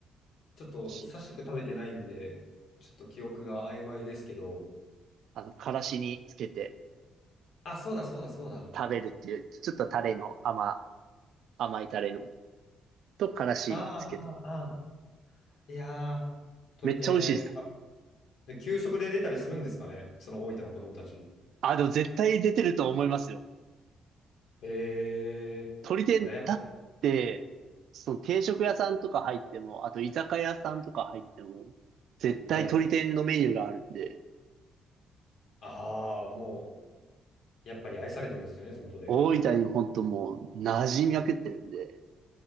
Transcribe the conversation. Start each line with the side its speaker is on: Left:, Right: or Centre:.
Left: ちょっと久しく食べてないんで、
Right: し
Left: ちょっと記憶が曖昧ですけど。
Right: あの、からしにつけて
Left: あ、そうだそうだそうだ。
Right: 食べるっていう、ちょっとタレの甘、甘いタレの、とからしつけて。
Left: ああ、ああ、ああ。いやー、鶏天。
Right: めっちゃ美味しいです。
Left: あで、給食で出たりするんですかねその大分の子供たち。
Right: あ、でも絶対出てると思いますよ。
Left: へえ、
Right: 鳥天、
Left: 羨ましい。
Right: だって、その定食屋さんとか入っても、あと居酒屋さんとか入っても、絶対鳥天のメニューがあるんで、
Left: はい。ああ、もう、やっぱり愛されてるんですよね、地元で。
Right: 大分にほんともう馴染みまくってるんで、